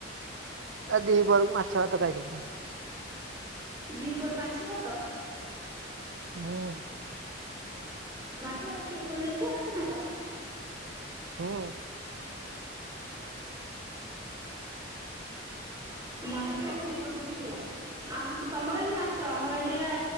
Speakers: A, on the right; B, on the right.
A: ଦି ପହରକୁ ମାଛ ଭାତ ଖାଇକିଆସିବି।
B: ଦି ପହରେ ମାଛ ଭାତ?
A: ହୁଁ।
B: ମାଛ ଭାତ କିଏ ତମେ ନେଇକି ଆସିଛ ନା କଣ?
A: ହୁଁ।
B: ମାଛ <unintelligible> ଆମ ତମର ଆଜି ମାଛ, ଆମର ଆଜି ବା